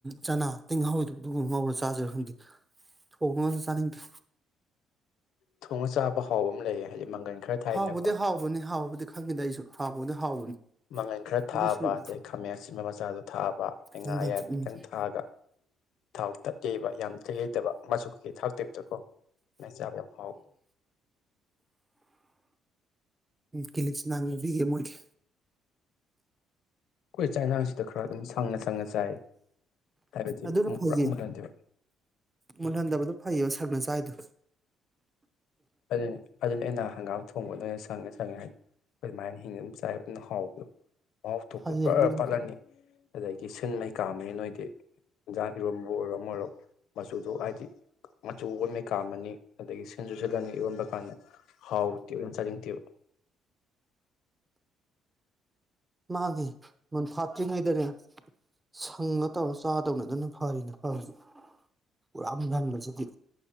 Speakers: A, on the right; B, on the left.
A: ꯆꯅꯥ ꯑ ꯇꯤꯡ ꯉꯍꯥꯎꯗ ꯑꯗꯨꯒꯕ ꯉꯥꯎꯔ ꯆꯥꯖꯔ ꯈꯪꯗꯦ ꯊꯣꯡ ꯉꯁꯨ ꯆꯥꯅꯤꯡꯗꯦ
B: ꯊꯣꯡꯉ ꯆꯥꯕ ꯍꯥꯎꯕ ꯑꯃ ꯂꯩꯌꯦ ꯍꯥꯏꯗꯤ ꯃꯪꯒꯟ ꯈꯔ ꯊꯥꯏꯅꯀꯣ
A: ꯍꯥꯎꯕꯗꯤ ꯍꯥꯎꯕꯅꯤ ꯍꯥꯎꯕꯗꯤ ꯈꯪꯉꯤꯗ ꯑꯩꯁꯨ ꯍꯥꯎꯕꯅ ꯍꯥꯎꯕꯅꯤ
B: ꯃꯉꯟ ꯈꯔ ꯊꯥꯕ
A: ꯑꯗꯨꯁꯨ
B: ꯑꯗꯩ ꯈꯥꯃꯦꯟ ꯑꯁꯤꯤꯟꯕ ꯃꯆꯥꯗꯨ ꯊꯥꯕ ꯑꯩ
A: ꯃꯪꯒꯟ
B: ꯉꯥ ꯑꯌꯥꯏꯕ
A: ꯎꯝ
B: ꯈꯤꯇꯪ ꯊꯥꯒ ꯊꯥꯎ ꯇ ꯌꯩꯕ ꯌꯥꯝ ꯇꯩꯍꯩꯇꯕ ꯃꯆ ꯀꯩꯀꯩ ꯊꯥꯛ ꯇꯩꯕꯗꯀꯣ ꯑꯥꯏ ꯆꯥꯕ ꯌꯥꯝ ꯍꯥꯎꯋꯤ
A: ꯀꯦꯂꯤ ꯅꯉꯕꯤꯦ ꯃꯣꯏꯗꯤ
B: ꯑꯩꯈꯣꯏ ꯆꯥꯏꯅꯥꯡꯁꯤꯗ ꯈꯔ ꯑꯗꯨꯝ ꯁꯪꯉ ꯁꯪꯅ ꯆꯥꯏ ꯍꯥꯏꯕꯗꯤ
A: ꯑꯗꯨꯅ
B: ꯃꯨ-
A: ꯐꯩꯌꯦ
B: ꯄꯨꯔꯥ ꯃꯨꯜꯍꯟꯗꯦꯕ
A: ꯃꯨꯜꯍꯟꯗꯕꯗꯨꯣ ꯐꯩꯌꯦꯕ ꯁꯛꯅꯆꯥꯥꯏꯗꯣ
B: ꯑꯗꯨ ꯑꯗꯨꯅ ꯑꯩꯅ ꯍꯪꯒꯥꯝ ꯊꯣꯡꯕꯗ ꯑꯣꯏꯅ ꯆꯪꯉꯦ ꯆꯪꯉꯦ ꯍꯥꯏꯗ ꯑꯗꯨꯃꯥꯏꯅ ꯍꯤꯡꯉ ꯆꯥꯏ ꯑꯗꯨꯅ ꯍꯥꯎꯕꯗꯣ ꯃꯍꯥꯎ ꯊꯣꯛꯄ
A: ꯐꯩꯌꯦꯕ
B: ꯄꯨꯔꯥ
A: ꯑꯗꯨꯅ
B: ꯄꯥꯠꯂꯅꯤ ꯑꯗꯒꯤ ꯁꯤꯟ ꯃꯩ ꯀꯥꯃ ꯅꯣꯏꯗꯤ ꯌꯦꯟꯖꯥꯡ ꯏꯔꯣꯕꯨ ꯑꯣꯏꯔꯣ ꯑꯣꯏꯔꯣ ꯃꯆꯨꯗꯣ ꯍꯥꯏꯗꯤ ꯃꯆꯨ ꯑꯣꯏ ꯃꯩꯀꯥꯝ ꯑꯃꯅꯤ ꯑꯗꯒꯤ ꯁꯦꯟꯖꯨ ꯁꯗꯥꯅꯤ ꯌꯎꯔꯝꯕ ꯀꯥꯟꯗ ꯍꯥꯎ ꯇꯦꯅ ꯆꯥꯅꯤꯡꯗꯦꯕ
A: ꯃꯥꯒꯤ ꯃꯟꯐꯥꯠꯇ꯭ꯔꯤꯉꯩꯗꯅꯦ ꯁꯪꯒ ꯇꯧꯔ ꯆꯥꯗꯧꯅ ꯑꯗꯨꯅ ꯐꯔꯤꯅ ꯐꯁ ꯄꯨꯔꯥ ꯍꯟꯕꯁꯤꯗꯤ